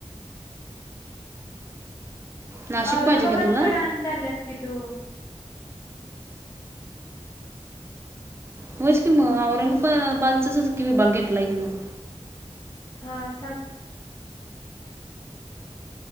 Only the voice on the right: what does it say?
नाशिक
पाहिजे का तुला
होयच कि मग औरंगाबाबादचाच की मी बघितलाय कि मग